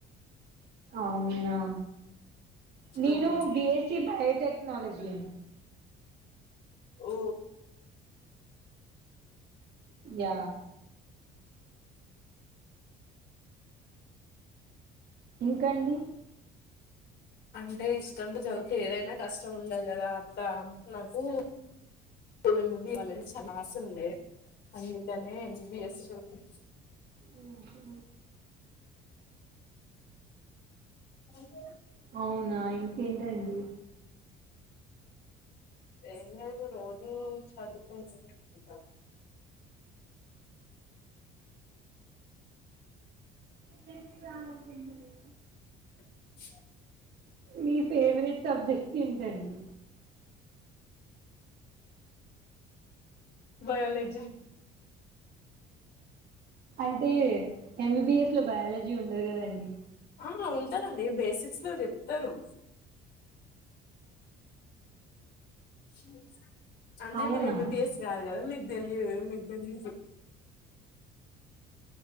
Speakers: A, on the right; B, on the left.
A: అవునా నేను
B: ఉమ్.
A: బిఎస్సి బయోటెక్ టెక్నాలజీ
B: ఓ
A: యా ఇంకాండి
B: అంటే ఇష్టం తో చదివితే ఏదైనా కష్టం ఉండదు కదా అత్త నాకు ఏమన్నా కావాలే అని చాలా ఆశ ఉండే అందుకనే ఎంబిఎస్ చేశా
A: ఉ హు
B: కలిసేన
A: అవునా ఇంకేంటండి
B: ఏం లేదు రోజు చదువుకునే ఉంటా
A: టెస్ట్ కాదంటే ఇంటలేదు
B: డోర్ సౌండ్
A: మీ ఫేవరెట్ సబ్జెక్ట్ ఏంటండి
B: బయోలజీ
A: అంటే ఎంబీబీఎస్లో బయాలజీ ఉండదు కదండి
B: ఆ ఉంటాందిండి బేసిక్స్ లో చెప్తారు డోర్ సౌండ్ చూసా అన్నది అంటే
A: అవునా
B: మీరు ఎంబీబీఎస్ కాదు కదా మీకు తెలియదు కదా దీని గురించి మీకు